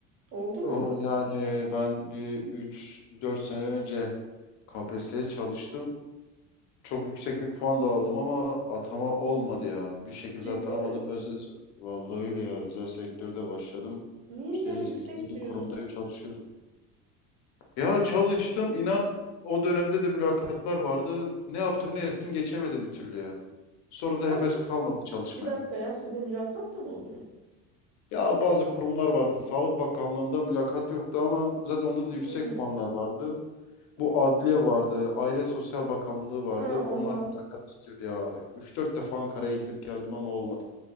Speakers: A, on the right; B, on the left.
A: Oldu mu?
B: O yani ben bir üç dört sene önce KPSS çalıştım. Çok yüksek bir puan da aldım ama atama olmadı ya. Bir şekilde
A: Ciddi
B: atanamadım.
A: misin?
B: Özel, vallahi öyle ya. Özel sektörde başladım.
A: Niye
B: İşte
A: ya yüksek
B: İzmir'de bir
A: diyorsun?
B: kurumdayım çalışıyorum. Ya çalıştım inan o dönemde de mülakatlar vardı. Ne yaptım ne ettim geçemedim bir türlü ya. Sonra da
A: Al
B: heves kalmadı çalışmaya.
A: bir dakika ya sizde mülakat da mı oluyor?
B: Ya bazı kurumlar vardı. Sağlık Bakanlığı'nda mülakat yoktu ama zaten onda da yüksek
A: Hmm.
B: puanlar vardı.
A: hmm.
B: Bu adliye vardı, Aile Sosyal Bakanlığı vardı.
A: Ha onlar
B: Onlar mülakat istiyordu ya. Üç dört defa Ankara'ya gidip geldim ama olmadı.